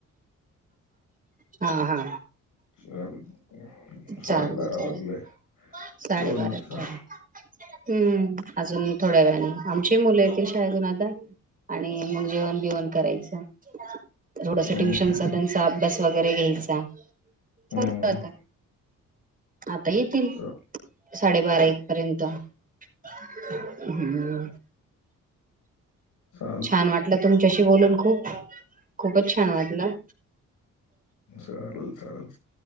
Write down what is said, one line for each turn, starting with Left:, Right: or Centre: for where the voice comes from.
Right: हा हा
Left: हम् साडेबारा
Right: चालेल चालेल.
Left: वाजले
Right: साडेबारा
Left: दोन वाजता.
Right: झाले. हम्म अजून थोड्या वेळाने, आमची मुले येतील शाळेजून आता,, आणि मग जेवण बिवण करायचं. थोडसा
Left: हम्म
Right: ट्युशनचा त्यांचा अभ्यास वगैरे घ्यायचाऽऽ
Left: हम्म
Right: आता,, आता येतील
Left: चा
Right: साडेबारा एक पर्यंत. हम्म
Left: चालतंय
Right: छान वाटलं तुमच्याशी बोलून खूप. खूपच छान वाटलं.
Left: चारल, चारल,